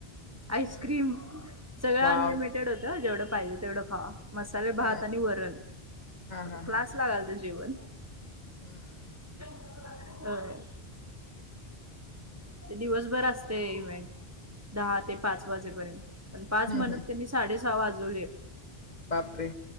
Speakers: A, on the left; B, on the right.
A: हम्म
B: आईस्क्रीम, सगळं
A: वाव
B: अनलिमिटेड होतं जेवढं पाहिजे तेवढं खावा. मसाले
A: हा
B: भात आणि वरण
A: हा हा
B: क्लास
A: हा हा
B: लागालतं जेवण.
A: हम्म
B: <unintelligible> ओय
A: मस्तच
B: ते दिवसभर असते इव्हेंट. दहा ते पाच वाजेपर्यंत, पण पाच
A: हम्म
B: म्हणत
A: हम्म
B: त्यांनी साडे सहा वाज जुळे
A: बापरे